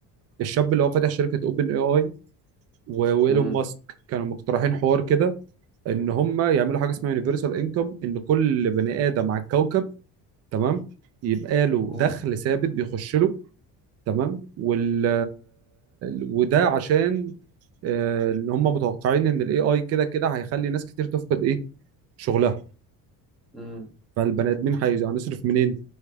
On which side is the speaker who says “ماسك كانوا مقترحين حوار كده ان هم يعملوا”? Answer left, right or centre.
Right